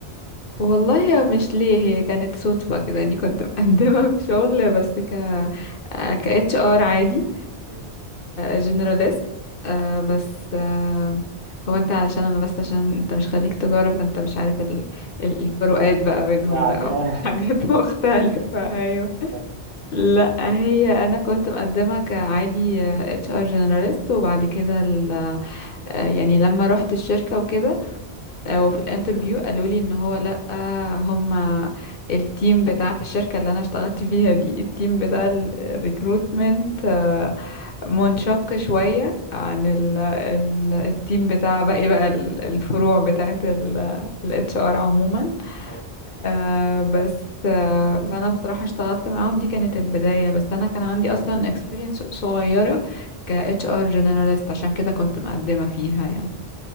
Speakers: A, on the left (about 60°); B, on the right (about 60°).
A: والله يا مش ليه هي كانت صدفة كده اني كنت مقدمة <laughs> في شغل بس ك آه، ك اتش ار عادي
B: مم.
A: جنراليست بس آه، هو انت علشان انا بس عشان انت مش خريج تجارة فانت مش عارف ال... ال- الفروقات بقى بينهم
B: يعني
A: لا هم
B: <laughs>
A: <laughs> حاجات مختلفة ايوه
B: أيوة.
A: لا هي انا كنت مقدمة كعادي اتش ار جنراليست وبعد كده ال... آه، يعني لما رحت الشركة وكده آه، وفي الانترفيو قالوا لي ان هو لا هما التيم بتاع في الشركة اللي انا اشتغلت فيها دي التيم بتاع
B: مم.
A: الريكروتمنت منشق شوية عن ال ال التيم بتاع باقي بقى ال- الفروع بتاعت ال اتش ار عموما
B: أيوة.
A: آه، بس آه، فانا بصراحة اشتغلت معاهم دي كانت البداية بس انا كان عندي اصلا experience صغيرة ك اتش
B: مم.
A: ار generalist عشان كده كنت مقدمة فيها يعني